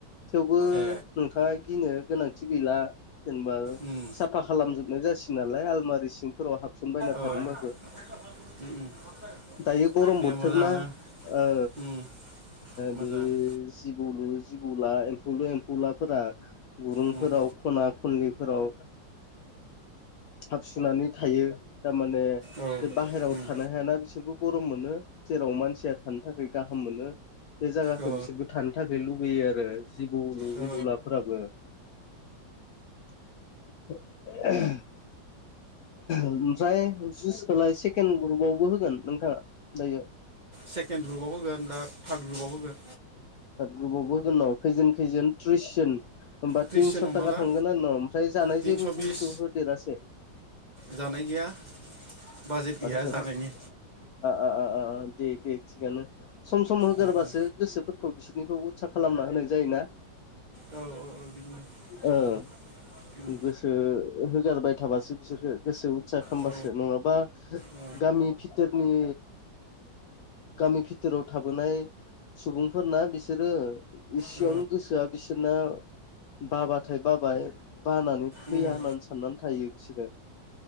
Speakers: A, on the left; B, on the right.
A: थेवबो
B: ए
A: नोंथाङा गिनो गोनांथि गैला जेनेबा
B: उम
A: साफा खालामजोबनाय जासिगोन नालाय आलमारि सिंफोराव हाबसनबायना
B: ओ
A: थादोंबाबो।
B: <unintelligible>
A: दायो गरम
B: दे
A: बोथोरना
B: मोजाङानो
A: ओ
B: उम मोजाङानो
A: बे जिबौलु जिबौला एम्फौलु एम्फौलाफोरा गुरुंफोराव
B: उम
A: खना खनलिफोराव हाब सुनानै थायो थामाने
B: औ
A: बे बाहेरायाव
B: उम
A: थानो हायाना बि बिसोरबो गरम मोनो जेराव मानसिया थानो थाखाय गाहाम मोनो। बे जायगाखौ
B: ओ
A: बिसोरबो थानो थाखाय लुबैयो आरो जिबौल
B: ओ
A: जिबौलाफोराबो <inaudible> ओमफ्राय जुइसखौलाय सेकेणड ग्रुपआवबो होगोन नोंथाङा दायो।
B: सेकेण्ड ग्रुपआव होगोन दा थार्द ग्रुपआव होगोन।
A: ग्रुबावबो जोंनाव खैजोन खैजोन थ्रिसजोन होमबा
B: क्रिस्टियान
A: तिनस'
B: हमना
A: थाखा
B: ला
A: थांगोन आरो न' ओमफ्राय जानाय
B: तिनस'
A: जेबो बुस्थु
B: बिस
A: होदेरासै
B: जानाय गैया बाजेट गैया
A: आदसा
B: जानायनि
A: आदसा आ आ आ आ दे दे थिगानो सम सम होगारबासो
B: उम उम
A: गोसोफोरखौ बिसोरनिखौ उत्सा खालामना होनाय जायोना।
B: औ औ औ बिदिनो सम
A: ओं
B: सम उम
A: गोसो होगारबाय थाबासो बिसोरखो गोसो उत्सा खालामबासो
B: औ
A: नङाबा
B: औ
A: गामि भिटोरनि गामि भिटोराव थाबोनाय सुबुंफोरना बिसोरो एसेयावनो
B: औ
A: गोसोआ बिसोरना बाबाथाय बाबाय बानानै फैया
B: उम
A: होननानै साननानै थायो बिसोरो।